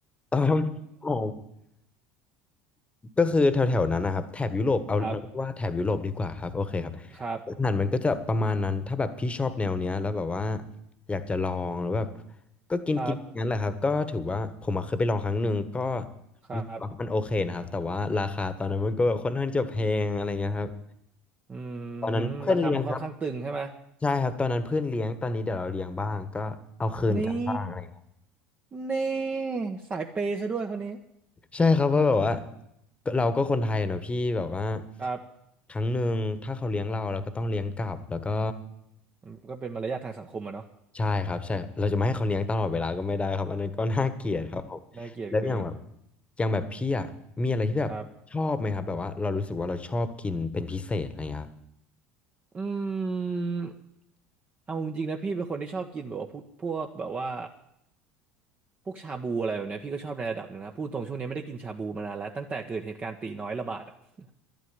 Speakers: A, on the left; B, on the right.
A: <laughs> อ๋อก็คือแถวแถวนั้นนะครับแถบยุโรปเอาเราเรียกว่าแถบยุโรปดีกว่าครับโอเคครับ
B: <laughs> ครับครับ
A: อาหารมันก็จะประมาณนั้นถ้าแบบพี่ชอบแนวเนี้ยแล้วแบบว่าอยากจะลองหรือแบบก็กินกินอย่างนั้นแหละครับก็ถือว่าผมอะเคยไปลองครั้งหนึ่งก็
B: ครับครับ
A: รู้สึกว่ามันโอเคนะครับแต่ว่าราคาตอนนั้นมันก็แบบค่อนข้างจะแพงอะไรเงี้ยครับ
B: อืม
A: ตอนนั้นเพื่อนเลี้ยงครับ
B: ราคามันค่อนข้างตึงใช่ไหม
A: ใช่ครับตอนนั้นเพื่อนเลี้ยงตอนนี้เดี๋ยวเราเลี้ยงบ้างก็เอาคืนกันบ้างอะไรอย่างเงี้ย
B: นี่นี่สายเปย์ซะด้วยคนนี้
A: ใช่ครับเพราะแบบว่าก็เราก็คนไทยเนาะพี่แบบว่า
B: ครับ
A: ครั้งหนึ่งถ้าเขาเลี้ยงเราเราก็ต้องเลี้ยงกลับแล้วก็
B: อืมก็เป็นมารยาททางสังคมอะเนาะ
A: ใช่ครับใช่เราจะไม่ให้เขาเลี้ยงตลอดเวลาก็ไม่ได้ครับอันนั้นก็น่าเกลียดครับผมแล้วอย่างแบบ
B: อืมน่าเกลียดเกิน
A: อย่างแบบพี่อ่ะมีอะไรที่แบบชอบไหมครับแบบว่าเรารู้สึกว่าเราชอบกินเป็นพิเศษอะไรอย่างเงี้ยครับ
B: ครับอืมเอาจริงๆนะพี่เป็นคนที่ชอบกินแบบว่าพวกพวกแบบว่า พวกชาบูอะไรแบบเนี้ยพี่ก็ชอบในระดับหนึ่งนะพูดตรงช่วงนี้ไม่ได้กินชาบูมานานแล้วตั้งแต่เกิดเหตุการณ์ตีน้อยระบาดอะ <laughs>